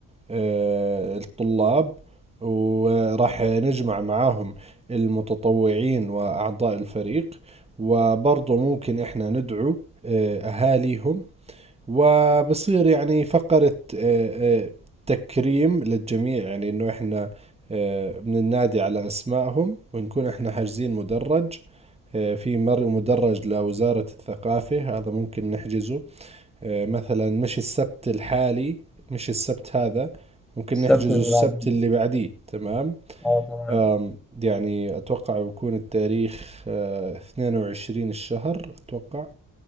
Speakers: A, on the right; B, in the centre.
A: آه الطلاب وراح نجمع معاهم المتطوعين واعضاء الفريق وبرضه ممكن احنا ندعو آه اهاليهم وبصير يعني فقرة آه، آه، تكريم للجميع يعني انه احنا آه، بننادي على اسمائهم ونكون احنا حاجزين مدرج آه، في مر مدرج لوزارة الثقافة هذا ممكن نحجزه آه، مثلا مش السبت الحالي مش السبت هذا ممكن
B: السبت
A: نحجزه
B: اللي
A: السبت
B: بعده
A: اللي بعديه تمام
B: اه تمام
A: آم، يعني أتوقع بيكون التاريخ آه، 22 الشهر أتوقع